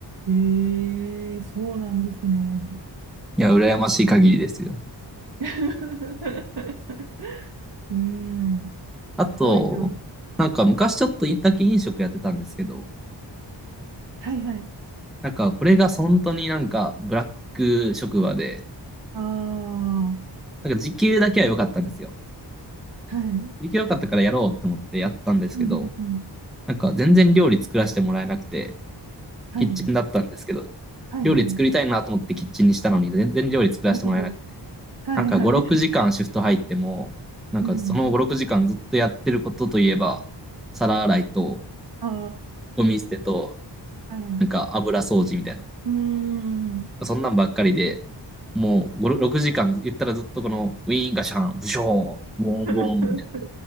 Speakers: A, on the right; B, in the centre.
A: ええそうなんですね。
B: いや、羨ましい限りですよ。
A: <laughs> うーん、すごいな。
B: あと、なんか昔ちょっとだけ飲食やってたんですけど、
A: はいはい。
B: なんかこれが本当になんかブラック職場で、
A: ああ、
B: なんか時給だけは良かったんですよ。
A: はい。うん
B: 時給良かったからやろうと思ってやったんですけど、
A: うんうん。
B: なんか全然料理作らせてもらえなくて、
A: はいはい。
B: キッチンだったんですけど、
A: はいはい。
B: 料理作りたいなと思ってキッチンにしたのに、全然料理作らせてもらえなくて。
A: なるほど。はいはい。
B: なんか5、6時間シフト入っても、なんかその5、
A: うん。
B: 6時間ずっとやってることといえば、皿洗いと、
A: あ
B: ゴミ捨てと、
A: あ、はい。
B: なんか油掃除みたいな。
A: うーん。
B: そんなんばっかりで、もう5、6時間言ったらずっとこのウィーンガシャン、ブショー、ボンボンみたい
A: <laughs>